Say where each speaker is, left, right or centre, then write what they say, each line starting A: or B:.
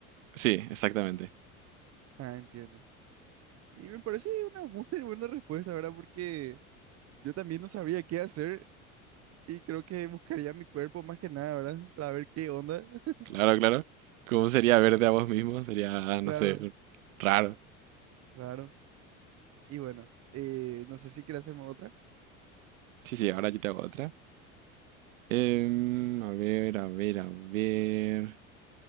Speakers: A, on the right; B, on the right.
A: sí, exactamente.
B: Ah, entiendo. Y me parece una muy <laughs> buena respuesta, ¿verdad? Porque Yo también no sabría qué hacer y creo que buscaría mi cuerpo más que nada, ¿verdad? <laughs> Para ver qué onda. <laughs>
A: Claro, claro. ¿Cómo sería verte a vos mismo? Sería, no
B: Claro,
A: sé, raro.
B: claro. Y bueno, eh, no sé si quieres hacerme otra.
A: Sí, sí, ahora yo te hago otra. Em, a ver, a ver, a ver.